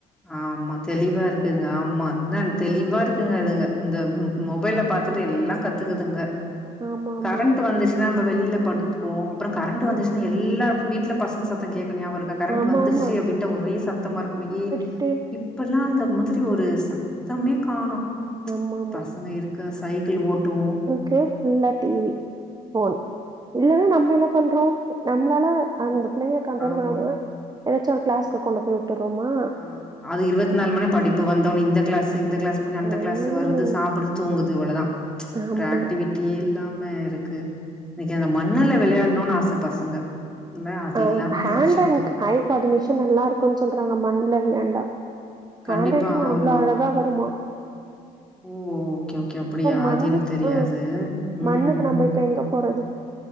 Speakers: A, in the centre; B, on the right.
A: ஆமா தெளிவா இருக்குங்க ஆமா நன் தெளிவா இருக் த்துனதுங்க இந்த மொபைல பாத்துட்டு எல்லா கத்துக்குதுங்க
B: ஆமாமா.
A: கரண்ட் வந்துச் சுனா நம்ப வெளில படுத்துப்போ அப்பறோ கரண்ட் வந்துச்சுன்னா எல்லா வீட்ல பசங்க சத்தோ கேக்கு நியாபகொ இருக்கா கரண்ட்
B: ஆமாமா.
A: வந்துருச்சு அப்டின்ட்டா ஒரே சத்தமா இருக்குமே ஏ
B: ட்டு
A: இப்பல்லா அந்த மாதிரி ஒரு சத்தமே காணோ
B: ஆமாமா.
A: பசங்க இருக்க சைக்கள் ஓட்டுவோ
B: கேஸ் ஃபுல்லா டி வி ஃபோன் இல்லன்னா நம்ம என்ன பண்றோ நம்ளால அந்த புள்ளைங்கள கண்ட்ரோல்
A: ஆமா.
B: பண்ண முடியாம எதாச்சு ஒரு கிளாஸ்க்கு கொண்டு போய் வுட்டுர்றோமா
A: ஆ அது இருவத்து நாலு மணி படிப்பு வந்தோனே இந்த கிளாஸ் இந்த கிளாஸ் முடி அந்த
B: ம்.
A: கிளாஸ் வருது சாப்புடுது தூங்கு து இவ்ளதா
B: ஆமா.
A: ஒரு ஆக்டிவிட் டியே இல்லாம இருக்கு எனைக்கு அந்த மண்ணுல விளையாடணுனு ஆச பசங்க இல்ல அது
B: அ
A: இல்லாம
B: ஹேண்ட்
A: போயிருச்சு இப்பொ
B: அண்ட் ஐ குவார்டினேஷன் நல்லாருக்குன் சொல்றாங்க மண்ல விளையாண்டா
A: கண்டிப்பா
B: ஹேண் ரைட்டிங் அவ்ளோ
A: ஆமா
B: அழக கா வருமா
A: ஓ ஓகே ஓகே அப்டியா
B: மண்ணு
A: அது எனக்கு தெரியாது
B: ம்.
A: ம்
B: மண்ணுக்கு நம்ம இப்ப எங்க போறது?